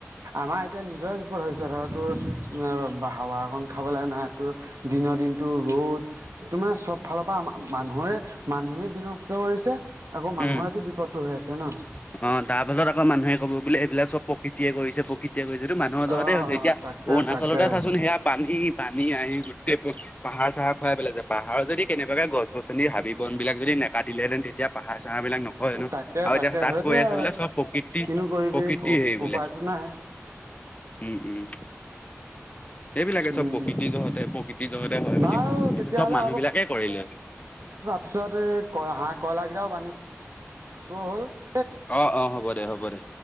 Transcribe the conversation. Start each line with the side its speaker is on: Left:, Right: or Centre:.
Right: আমাৰ এতিয়া নিজৰ বিপদ হৈছে ধৰ তোৰ বাহ হাৱা অকণ খাবলৈ নাই তোৰ দিনৰ দিনটো ৰ'দ তোমাৰ চব ফালৰপৰা আমা, মানুহৰে মানুহে বিনষ্ট কৰিছে। আকৌ মানুহৰেতো
Left: উম
Right: বিপদটো হৈ আছে ন'?
Left: অ' তাৰপাছত আকৌ মানুহে আহি ক'ব বোলে এইবিলাক চব প্ৰকৃতিয়ে কৰিছে প্ৰ কৃতিয়ে কৈছে, এইটো মানুহৰ জহতে
Right: অ
Left: হৈছে, এতিয়া
Right: তাকে
Left: অৰুণাচলতে
Right: তাকে
Left: চাচোন সেয়া পানী পানী আহি গোটেই <unintelligible> পাহাৰ-চাহাৰ খুৱাই পেলাইছে, পাহাৰৰ যদি পাহাৰ পাহাৰ চাহাৰ খহাই পেলাইছে। পাহাৰ যদি কেনেবাকে গছ গছনি, হাবি বনবিলাক যদি নেকাটিলেহেঁতেন তেতিয়া পাহাৰ চাহাৰবিলাক ন হয় এনেও,
Right: তাকে
Left: আৰু
Right: তাকে
Left: এতিয়া তাত
Right: সেইটোৱে
Left: কৈ আছে
Right: আৰু
Left: বোলে চব প্ৰকৃতি,
Right: কিনো কৰিবি
Left: প্ৰকৃতি হেৰি বোলে।
Right: উপায়তো নাই
Left: উম, উম। সেইবিলাকে
Right: উম
Left: চব প্ৰকৃতিৰ জহতে প্ৰকৃতিৰ জহতে হয়
Right: বাৰু
Left: বুলি কয়,
Right: তেতিয়াহ'লে
Left: কিন্তু চব মানুহবিলাকে কৰিলে।
Right: পিছত এই কৰা হাঁহ কইলা কেইটাও বান্ধি ব হ'ল।
Left: অ', অ' হ'ব দে, হ'ব দে।